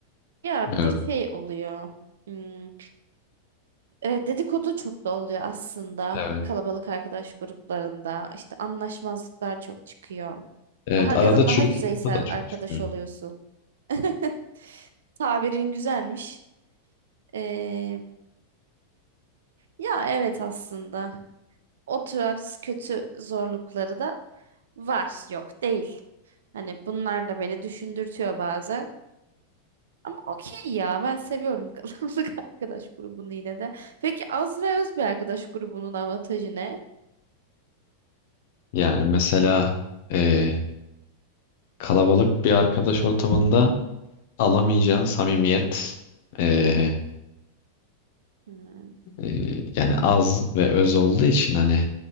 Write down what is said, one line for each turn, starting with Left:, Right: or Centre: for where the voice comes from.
Right: Ya bir
Left: Evet,
Right: de şey oluyor. Hmm, e, dedikodu çok da oluyor aslında.
Left: evet.
Right: Kalabalık arkadaş gruplarında işte anlaşmazlıklar çok çıkıyor.
Left: Evet,
Right: Daha ya
Left: arada
Right: da
Left: çürük
Right: daha yüzeysel
Left: yumurta da çok
Right: arkadaş
Left: çıkıyor.
Right: oluyorsun. <laughs> Tabirin güzelmiş. Ee, ya evet aslında. o tarz kötü zorlukları da var. Yok değil. Hani bunlar da beni düşündürtüyor bazen. Ama okey ya ben seviyorum <laughs> kalabalık arkadaş grubunu yine de. Peki az ve öz bir arkadaş grubunun avantajı ne?
Left: Yani mesela eee, kalabalık bir arkadaş ortamında alamayacağın samimiyet eee,
Right: Hmm.
Left: eee, yani az ve öz olduğu için hani